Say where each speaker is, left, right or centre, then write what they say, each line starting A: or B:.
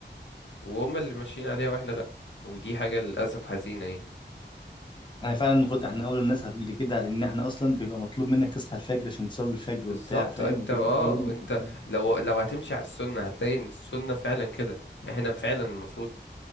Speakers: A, on the left (about 80°); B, on the left (about 25°).
A: وهم اللي ماشيين عليها واحنا لأ ودي حاجة للأسف حزينة يعني
B: يعني فعلا المفروض احنا اول الناس اللي كده لان احنا اصلا بيبقى مطلوب منك تصحى الفجر عشان تصلي الفجر
A: بالظبط
B: وبتاع فاهم
A: انت
B: وتبدا
A: اه
B: يومك
A: انت
B: وبتاع
A: لو لو هتمشي على السنة هتلاقي ان السنة فعلا كده احنا فعلا المفروض